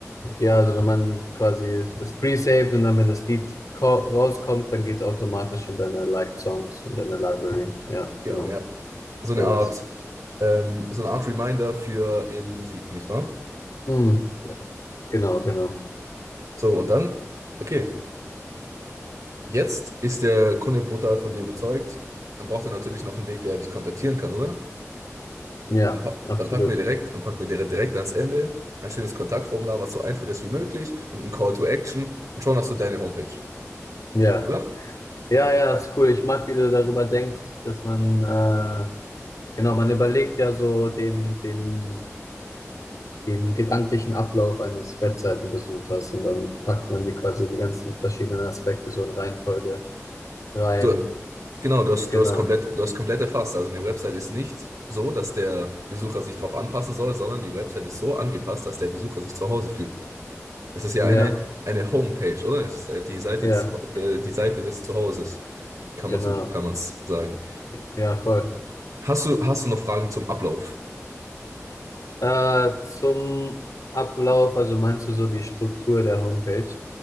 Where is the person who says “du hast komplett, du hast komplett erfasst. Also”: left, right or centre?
Right